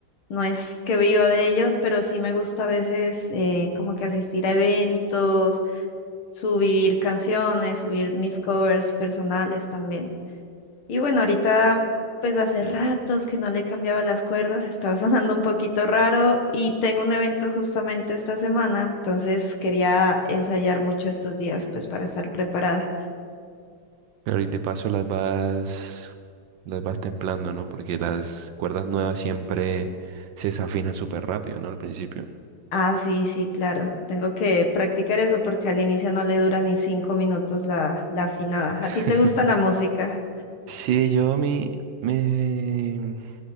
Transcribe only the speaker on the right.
Claro, y de paso las vas, las vas templando, ¿no? Porque las cuerdas nuevas siempre se desafinan súper rápido, ¿no? Al principio.
<laughs>
Sí, yo a mí me...